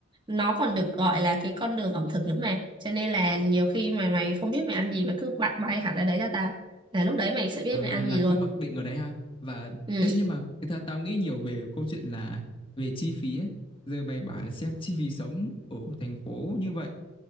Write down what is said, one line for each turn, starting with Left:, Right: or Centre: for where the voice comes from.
Right: Nó còn được gọi là cái con đường ẩm thực nữa mà. Cho nên là nhiều khi mà mày không biết mày ăn gì mày cứ bay, bay hẳn ra đấy cho tao. Là lúc đấy mày sẽ biết
Left: À,
Right: mày ăn
Left: là
Right: gì
Left: cứ
Right: luôn.
Left: mặc định ở đấy ha. Và
Right: Ừ.
Left: ê nhưng mà tha- tao nghĩ nhiều về câu chuyện là về chi phí ấy. Giờ mày bảo là xem chi phí sống ở thành phố như vậy